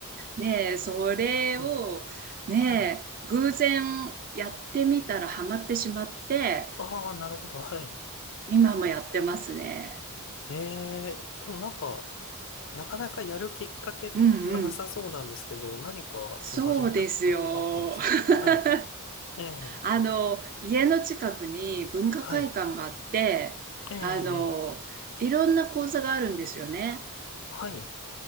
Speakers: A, on the right (about 40°); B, on the left (about 60°).
A: ねえ、それを、
B: はい。
A: ねえ、
B: はい
A: 偶然やってみたらハマってしまって、
B: ああ、なるほど、はい。
A: 今もやってますね。
B: ええ、でもなんか、なかなかやるきっかけがなさそうなんですけど、
A: うんうん。
B: 何か、
A: そうですよ。
B: その始めたきっかけがあったんですかはい。
A: <laughs>
B: ええ、
A: あの、家の近くに文化会館があって、
B: はい。ええ、
A: あの、
B: ええ
A: いろんな講座があるんですよね。
B: はい。